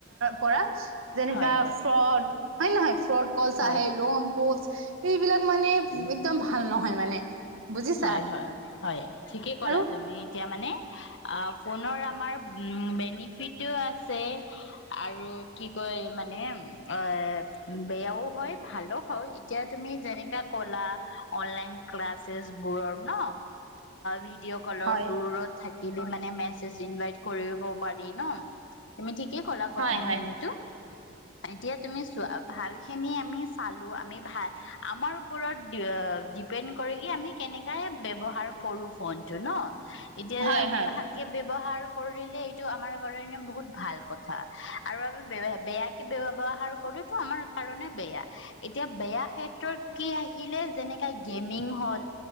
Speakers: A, on the right (about 80°); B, on the left (about 65°).
A: পৰা, যেনেকা
B: হয় হয়
A: ফ্ৰড হয় নহয় ফ্ৰড। কলচ
B: হয়
A: আহে, লোন পোচ ইবিলাক মানে একদম ভাল নহয় মানে বুজিছা।
B: হয় হয় হয় ঠিকে ক'লা
A: আৰু
B: তুমি। এতিয়া মানে অ ফোনৰ আমাৰ উম বেনিফিটটো আছে আৰু কি কয় মানে। অহ, বেয়াও হয় ভালো হয় এতিয়া তুমি যেনেকা ক'লা অনলাইন। ক্লাছেছ বোৰৰ ন ভিডিঅ' কলৰ
A: হয়
B: দূৰত। থাকিলে মানে মেছেজ ইনভাইট কৰিব পাৰি ন। তুমি ঠিকেই ক'লা
A: হয়
B: কথাখিনিতো।
A: হয়
B: এতিয়া তুমি চোৱা ভাল খিনি আমি চালো, আমি ভাল আমাৰ ওপৰত। ডিপেন কৰিকে আমি কেনকাই ব্যৱহাৰ কৰোঁ ফোনটো ন। এতিয়া
A: হয়
B: আমি
A: হয়
B: ভাল ব্যৱহাৰ কৰিলে এইটো আমাৰ কাৰণে বহুত ভাল কথা। আৰু আমি বেয়া বৱহাৰ কৰোতো আমাৰ কাৰণে বেয়া। এতিয়া বেয়া ক্ষেত্ৰত কি আহিলে যেনেকা গেমিং হল,